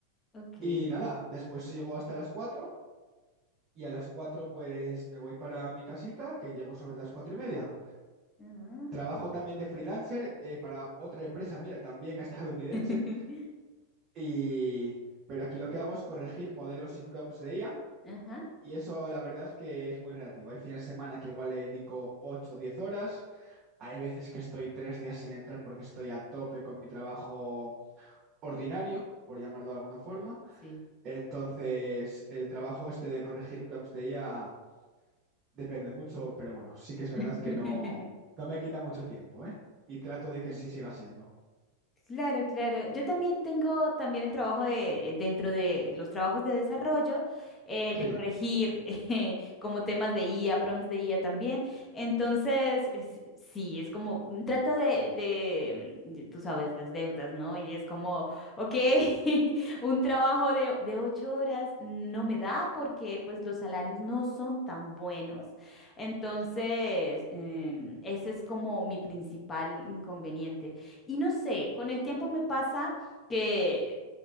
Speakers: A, on the left; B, on the right.
A: Ok.
B: Y nada, después sigo hasta las cuatro Y a las 4 pues me voy para mi casita, que llego sobre las cuatro y media.
A: ah.
B: Trabajo también de freelancer eh, para otra empresa, mira, también <laughs> estadounidense,
A: <laughs>
B: y... pero aquí lo que hago es corregir modelos y prompts de IA,
A: Ajá,
B: y eso la verdad es que es muy relativo. Hay fines de semana que igual le dedico 8 o 10 horas, hay veces que estoy tres días sin entrar porque estoy a tope con mi trabajo ordinario, por llamarlo de alguna forma.
A: sí.
B: Entonces, el trabajo este de corregir prompts de IA depende mucho, pero bueno, sí que es verdad
A: <laughs>
B: que no, no me quita mucho tiempo, ¿eh? Y trato de
A: sí.
B: que sí siga siendo.
A: Claro, claro. Yo también tengo también el trabajo de eh, dentro de los trabajos de desarrollo, eh,
B: Sí.
A: de corregir <laughs> eh, como temas de IA, prompts de IA también. Entonces, es- sí, es como mm, trato de, de, mm, de- tú sabes, las deudas, ¿no? Y es como, ok, <laughs> un trabajo de, de ocho horas no me da porque pues los salarios no son tan buenos. Entonces, em, ese es como mi principal inconveniente. Y no sé, con el tiempo me pasa que